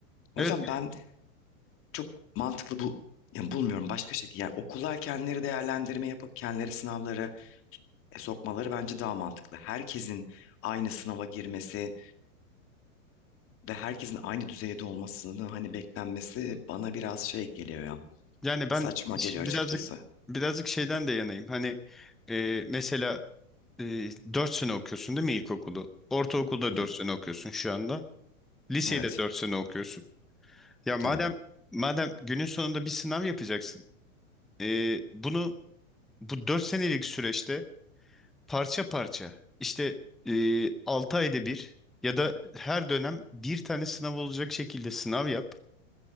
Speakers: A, on the left (about 30°); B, in the centre.
A: O
B: Evet
A: yüzden ben çok mantıklı bu yani bulmuyorum başka şekilde. Yani okullar kendileri değerlendirme yapıp kendileri sınavları e, sokmaları bence daha mantıklı. Herkesin aynı sınava girmesi ve herkesin aynı düzeyde olmasını hani beklenmesi bana biraz şey geliyor ya.
B: yani ben
A: Saçma geliyor
B: ş-
A: açıkçası.
B: birazcık birazcık şeyden de yanayım. Hani e, mesela e, 4 sene okuyorsun değil mi ilkokulu? Ortaokulda
A: Hı,
B: 4 sene okuyorsun şu anda. Liseyi
A: Evet.
B: de 4 sene okuyorsun. Ya madem
A: Yani.
B: madem günün sonunda bir sınav yapacaksın. e, bunu bu 4 senelik süreçte parça parça işte e, 6 ayda bir ya da her dönem bir tane sınav olacak şekilde sınav yap.